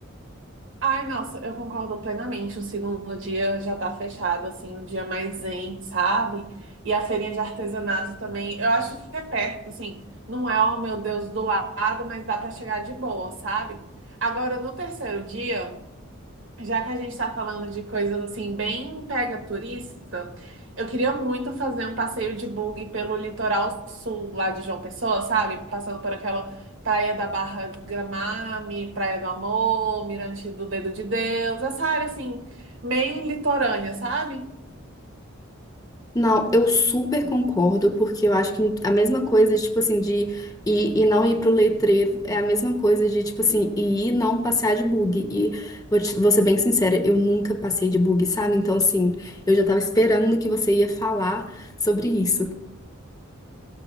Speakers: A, on the right (about 60°); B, on the left (about 15°).
A: Ai, nossa, eu concordo plenamente. O segundo dia já tá fechado, assim, um dia mais zen, sabe? E a feirinha de artesanato também, eu acho que é perto, assim, não é, oh meu Deus, do lado, mas dá pra chegar de boa, sabe? Agora, no terceiro dia. Já que a gente está falando de coisas assim, bem pega turista, eu queria muito fazer um passeio de bug pelo litoral sul lá de João Pessoa, sabe? Passando por aquela Praia da Barra Gramame, Praia do Amor, Mirante do Dedo de Deus, essa área assim, bem litorânea, sabe?
B: Não, eu super concordo, porque eu acho que a mesma coisa, tipo assim, de ir e não ir pro letreiro é a mesma coisa de, tipo assim, ir e não passear de bug. E vou, te- vou ser bem sincera, eu nunca passei de bug, sabe? Então, assim, eu já tava esperando que você ia falar sobre isso.